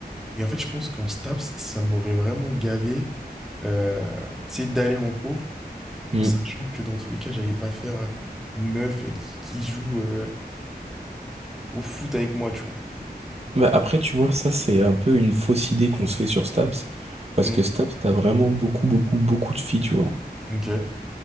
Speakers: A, in the centre; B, on the right (about 40°).
A: Et en fait, je pense qu'en STAPS, ça m'aurait vraiment gavé, euh, tu sais, d'aller en cours,
B: Mm.
A: en sachant que dans tous les cas, j'allais pas faire une meuf qui, qui joue euh, au foot avec moi, tu vois.
B: Bah, après, tu vois, ça, c'est un peu une fausse idée qu'on se fait sur STAPS, parce
A: Mm.
B: que STAPS, t'as vraiment beaucoup, beaucoup, beaucoup de filles, tu vois.
A: Ok.